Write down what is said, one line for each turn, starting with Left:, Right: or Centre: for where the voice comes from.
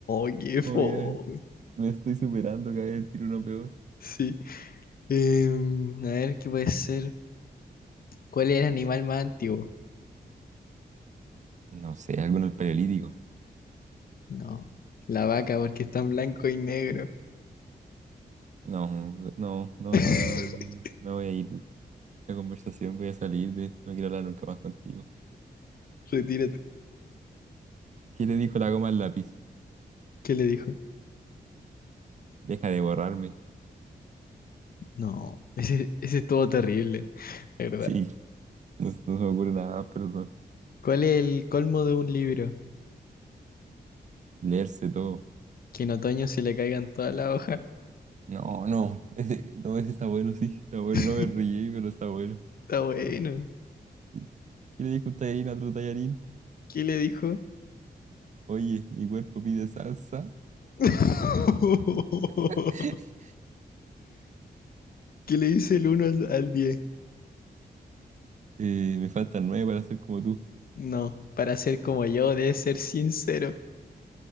Left: <laughs> qué fome.
Right: Oye, me estoy superando, cada vez tiro uno peor.
Left: Sí. Em, a ver, ¿qué puede ser? ¿Cuál es el animal más antiguo?
Right: No sé, algo en el paleolítico.
Left: No, la vaca, porque está en blanco y negro.
Right: No, no, no, no,
Left: <laughs>
Right: no, no, no. no. Me voy a ir de esta conversación, voy a salir de esto, no quiero hablar nunca más contigo.
Left: Retírate.
Right: ¿Qué le dijo la goma al lápiz?
Left: ¿Qué le dijo?
Right: Deja de borrarme.
Left: No, ese, ese estuvo terrible, la ¿verdad?
Right: Sí, no, no se me ocurre nada más, perdón.
Left: ¿Cuál es el colmo de un libro?
Right: Leerse todo.
Left: Que en otoño se le caigan todas las hojas.
Right: No, no, <laughs> ese, no, ese está bueno, sí, está bueno,
Left: <laughs>
Right: no me reí, pero está bueno.
Left: Está bueno.
Right: sí. ¿Qué le dijo un tallarín a otro tallarín?
Left: ¿Qué le dijo?
Right: Oye, mi cuerpo pide salsa,
Left: <laughs>
Right: <laughs>
Left: ¿Qué le dice el uno al diez
Right: eh, me faltan nueve para ser como tú.
Left: No, para ser como yo, debes ser sincero.